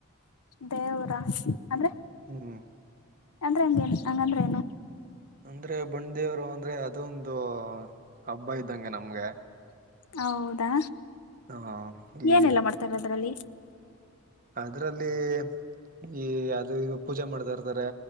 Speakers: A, on the left; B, on the right.
A: ದೇವರ ಅಂದ್ರೆ
B: ಹ್ಮ್
A: ಅಂದ್ರೆ ಏಗೇ ಹಂಗಾದ್ರ ಏನು
B: ಅಂದ್ರೆ ಬಂಡೆಯವರು ಅಂದ್ರೆ ಅದೊಂದು ಹಬ್ಬ ಇದ್ದಂಗೆ ನಮ್ಗೆ
A: ಹೌದಾ
B: ಹ ಈ
A: ಏನೆಲ್ಲ ಮಾಡ್ತಾರೆ ಅದ್ರಲ್ಲಿ
B: ಅದ್ರಲ್ಲಿ ಈ ಇದು ಪೂಜೆ ಮಾಡ್ತಾ ಇರ್ತಾರೆ